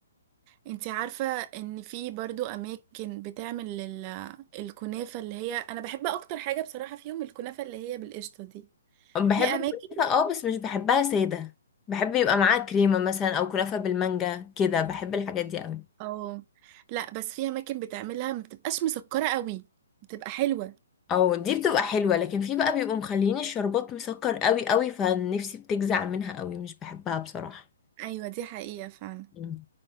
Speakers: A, on the right; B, on the left.
A: انتي عارفة ان في برضو اماكن بتعمل ال- الكنافة اللي هي انا بحب اكتر حاجة بصراحة فيهم الكنافة اللي هي بالقشطة دي
B: بحب
A: في اماكن
B: الكنافه اه بس مش بحبها ساده بحب يبقى معاها كريمه مثلا او كنافه بالمانجا كده بحب الحاجات دي قوي
A: اه لا بس في اماكن بتعملها ما بتبقاش مسكرة قوي بتبقى حلوة
B: او دي بتبقى حلوه لكن في بقى بيبقوا مخليين الشربات مسكر قوي قوي فنفسي بتجزع منها قوي مش بحبها بصراحه
A: ايوه دي حقيقة فعلا
B: مم.